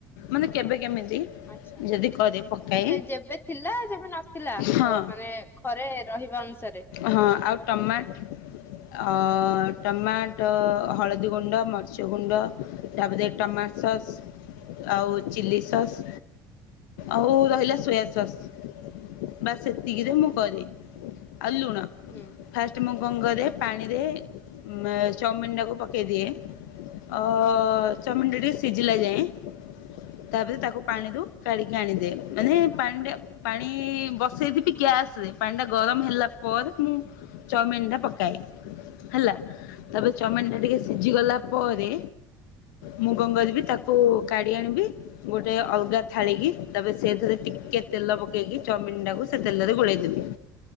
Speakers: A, on the left; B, on the left.
A: ମାନେ କେବେ କେମିତି
B: ଆଛା।
A: ଯଦି କରେ ପକାଏ
B: କେ ଯେବେ ଥିଲା ଯେବେ ନଥିଲା
A: ହଁ
B: ତ ମାନେ ପରେ ରହିବା ଅନୁସାର
A: ହଁ ଆଉ ଟମାଟ୍। ଅ ଟମାଟ, ହଳଦୀ ଗୁଣ୍ଡ, ମର୍ଚ ଗୁଣ୍ଡ, ତାପରେ ଟମା ସସ୍ ଆଉ ଚିଲ୍ଲି ସସ୍ ଆଉ ରହିଲା ସୋୟା ସସ୍ ବା ସେତିକିରେ
B: ଆଚ୍ଛା।
A: ମୁଁ କରେ। ଆଲୁଣ।
B: ହୁଁ
A: ଫାଷ୍ଟ ମୁଁ କଣ କାରେ ପାଣିରେ ମ୍ -ଚଉମିିନଟାକୁ ପକେଇଦିଏ। ଅ ଚଉମିନ ଟା ଟିକେ ସିଝିଲା ଯାଏଁ ତାପରେ ତାକୁ
B: ହୁଁ
A: ପାଣି ଦୁ କାଢିକି ଆଣିଦି ମାନେ ପାଣି ଟା ପାଣି ବସେଇଥିବି ଗ୍ୟାସ୍ ରେ ପାଣି ଟା ଗରମ ହେଲା ମୁଁ ଚାଉମିନ ଟା ପକାଏ ହେଲା ତାପ
B: ହୁଁ।
A: ଚମିନ ଟା ଟିକେ ସିଝିଗଲା ପରେ ମୁଁ କଣ କରିବି ତାକୁ କାଢ଼ି ଆଣିବି। ଗୋଟେ ଅଲଗା ଥାଳିିକି ତାପରେ ସେଥିରେ ଟିକେ ତେଲ ପକେଇକି ଚମିନ ଟାକୁ ସେ ତେଲରେ ଗୋଳେଇଦେବି।